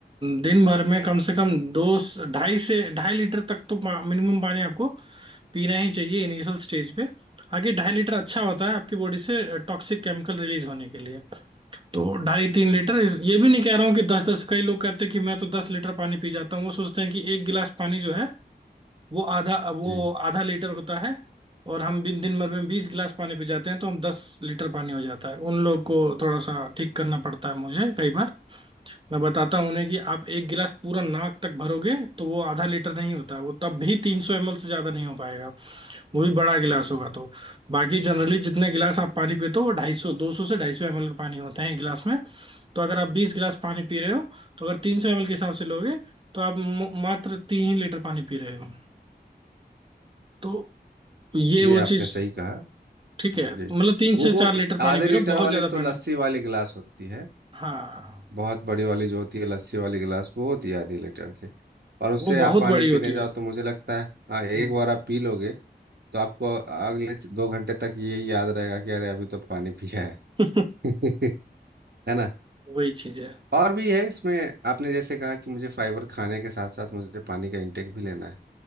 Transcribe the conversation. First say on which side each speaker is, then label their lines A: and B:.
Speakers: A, on the right; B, on the right.
A: दिन भर में कम से कम दो ढाई से ढाई लीटर तक तो मिनिमम पानी आपको पीना ही चाहिए इनिशियल स्टेज पे आगे ढाई लीटर अच्छा होता है आपकी बॉडी से टॉक्सिक केमिकल रिलीज होने के लिए तो ढाई तीन लीटर इस- ये भी नहीं कह रहा हूँ कि दस दस कई लोग कहते हैं कि मैं तो दस लीटर पानी पी जाता हूँ वो सोचते हैं कि एक गिलास पानी जो है वो आधा वो
B: जी
A: आधा लीटर होता है और हम बिन दिन भर में बीस गिलास पानी पी जाते हैं तो हम दस लीटर पानी हो जाता है उन लोग को थोड़ा सा ठीक करना पड़ता है मुझे कई बार मैं बताता हूँ उन्हें कि आप एक गिलास पूरा नाक तक भरोगे तो वो आधा लीटर नहीं होता है वो तब भी तीन सौ एमएल से ज्यादा नहीं हो पाएगा। वो भी बड़ा गिलास होगा तो बाकी जनरली जितने गिलास आप पानी पीते हो वो ढाई सौ दो सौ से ढाई सौ एम एल का पानी होता है एक गिलास में तो अगर आप बीस गिलास पानी पी रहे हो तो अगर तीन सौ एम एल के हिसाब से लोगे तो आप म- मात्र तीन ही लीटर पानी पी रहे हो तो ये
B: ये
A: वो
B: आपने
A: चीज
B: सही कहा
A: ठीक है मतलब
B: जी
A: तीन
B: वो
A: से चार लीटर
B: आधे
A: पानी पी
B: लीटर
A: रहे हो बहुत
B: वाली
A: ज्यादा
B: तो
A: पानी
B: लस्सी वाली गिलास होती है
A: हाँ
B: बहुत बड़ी वाली जो होती है लस्सी वाली गिलास वो होती है आधे लीटर की और उससे
A: वो बहुत
B: आप पानी
A: बड़ी होती
B: पीने जाओ
A: है
B: तो मुझे लगता है हाँ एक
A: हम्म।
B: बार आप पी लोगे तो आपको अगले दो घंटे तक ये याद रहेगा कि अरे अभी तो पानी पिया है
A: <laughs>
B: <laughs> है ना
A: वही चीज है
B: और भी है इसमें आपने जैसे कहा कि मुझे फाइबर खाने के साथ साथ मुझे पानी का इंटेक भी लेना है